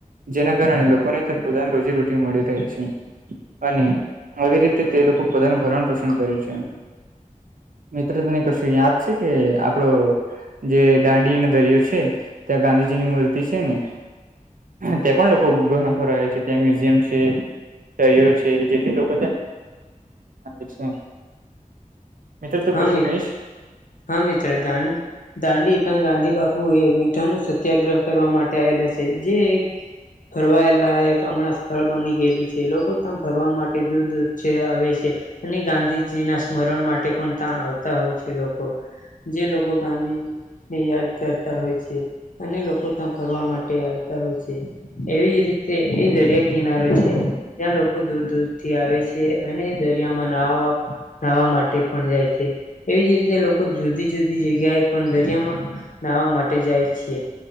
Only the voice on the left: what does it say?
હા
મિ
હા મિત્ર દાંડ દાંડી તો ગાંધી બાપુ એ મીઠા નું સત્યાગ્રહ કરવા માટે આવેલા છે જે ફરવાયેલા એક હમણાં સ્થળ બની ગયેલું છે લોકો ફરવા માટે દૂર દૂર થી આવે છે અને ગાંધીજી ના સ્મરણ માટે પણ ત્યાં આવતા હોય છે લોકો જે લોકો ગાંધીજી ને યાદ કરતા હોય છે અને લોકો ત્યાં ફરવા માટે આવતા હોય છે એવી જ રીતે એ દરિયા કિનારો છે ત્યાં લોકો દૂર દૂરથી આવે છે અને દરિયામાં નાહાવા નાહવા માટે પણ જાય છે એવી જ રીતે લોકો જુદી જુદી જગ્યાએ પણ દરિયામાં નાહવા માટે જાય છે